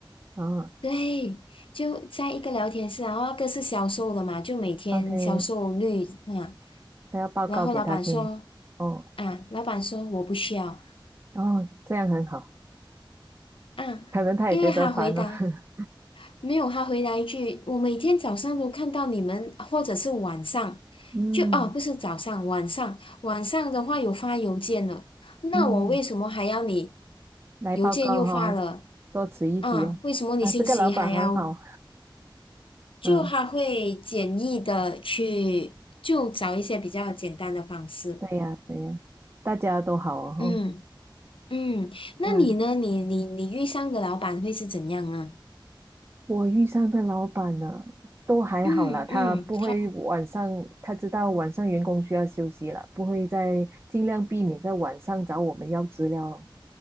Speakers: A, on the right (about 30°); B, on the left (about 90°).
A: 啊
B: 对，就在一个聊天室啊，然后那个是销售的嘛，就每天销售率啊，
A: ？OK，他要报告给他听。
B: 然后老板说
A: 哦
B: 啊，老板说我不需要
A: 哦，这样很好，
B: 啊，
A: 可能他也觉得烦了。
B: 因为他回答
A: <laughs>
B: 没有，他回答一句，我每天早上都看到你们，或者是晚上，
A: 嗯
B: 就哦，不是早上，晚上，晚上的话有发邮件了，那我为什么还要你
A: 嗯，来报告哈、
B: 邮件又发了
A: 多此一举哦。
B: 啊？为什么你信息还要？
A: 啊，这个老板很好。
B: 就还会简易的去，
A: 嗯，
B: 就找一些比较简单的方式。
A: 对呀对呀，大家都好哦。哦
B: 嗯嗯，那你呢？
A: 嗯。
B: 你你你遇上的老板会是怎样呢？
A: 我遇上的老板呢，都还好啦，
B: 嗯嗯，
A: 他不会晚上，
B: 他
A: 他知道晚上员工需要休息了，不会再尽量避免在晚上找我们要资料。